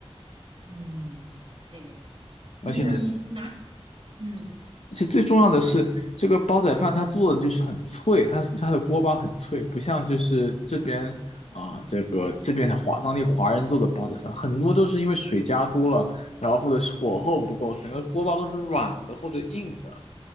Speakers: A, on the right; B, on the left.
A: 嗯，那太油了。
B: 而且。
A: 你你拿，嗯，
B: 其实最重要的是，这个煲仔饭它做的就是很脆，它它的锅巴很脆，不像就是这边啊、这个这边的华当地华人做的煲仔饭，很多都是因为水加多了，然后或者是火候不够，整个锅巴都是软的或者硬的，